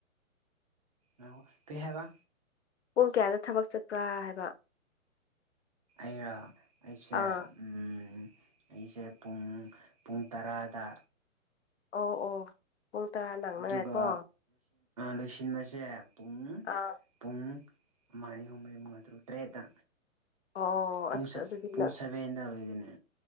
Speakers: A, on the right (about 25°); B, on the left (about 55°).
A: ꯑ ꯇ ꯍꯥꯏꯕ
B: ꯄꯨꯡ ꯀꯌꯥꯗ ꯊꯕꯛ ꯆꯠꯄ꯭ꯔꯥ ꯍꯥꯏꯕ
A: ꯑꯔ ꯑꯩꯁꯦ
B: ꯑꯥ
A: ꯎ ꯑꯩꯁꯦ ꯄꯨꯡ ꯄꯨꯡ ꯇꯔꯥꯗ
B: ꯑꯣ ꯑꯣ ꯄꯨꯡ ꯇꯔꯥ ꯅꯪꯅꯉꯥꯏꯀꯣ
A: ꯑꯗꯨꯒ ꯂꯣꯏꯁꯤꯟꯕꯁꯦ ꯄꯨꯡ
B: ꯑꯥ
A: ꯄꯨꯡ ꯃꯥꯥꯏ ꯎꯔꯤ ꯃ ꯉ ꯑꯗꯨ꯭ꯔꯨ ꯇ꯭ꯔꯦꯗ
B: ꯑꯣ
A: ꯄꯨꯡ
B: ꯑꯁ ꯑꯗꯨꯗꯤ
A: ꯄꯨꯡ
B: ꯅ
A: ꯁꯕꯦꯟꯗ ꯑꯣꯏꯗꯅꯦ